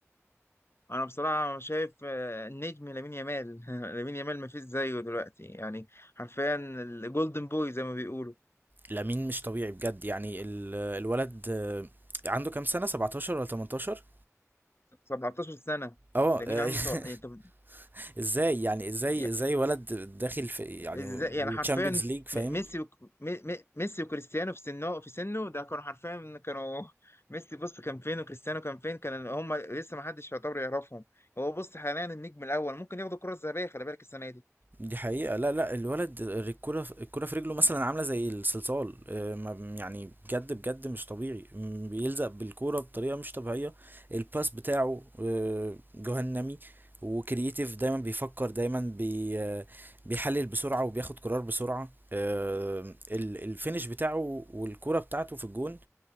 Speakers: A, on the left; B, on the right.
A: انا بصراحه شايف آه، النجم لامين يامال <laughs> لامين يامال مفيش زيه دلوقتي يعني حرفيا الجولدن بوي زي ما بيقولوا
B: لامين مش طبيعي بجد يعني ال- الولد آه، عنده كام سنة 17 ولا 18
A: 17 سنة
B: اه
A: لامين
B: آه،
A: عنده سبع... يعني
B: <laughs>
A: طب
B: ازاي يعني ازاي
A: يعني
B: ازاي ولد داخل في يعني
A: ازاي يعني حرفيا
B: تشامبيونز ليج فاهم
A: م- ميسي وك... م... م- ميسي وكريستيانو في سنه في سنه ده كانوا حرفيا كانوا <laughs> ميسي بص كان فين وكريستيانو كان فين كان هم لسه ما حدش يعتبر يعرفهم هو بص حاليا النجم الاول ممكن ياخدوا الكرة الذهبية خلي بالك السنة دي
B: دي حقيقة لا لا الولد الكرة في- الكرة في رجله مثلا عاملة زي الصلصال آه، ما- يعني بجد بجد مش طبيعي م، بيلزق بالكرة بطريقة مش طبيعية الباس بتاعه آه، جهنمي وكرييتيف دايما بيفكر دايما بي آه، بيحلل بسرعة وبياخد قرار بسرعة آه، ال- الفينش بتاعه والكرة بتاعته في الجون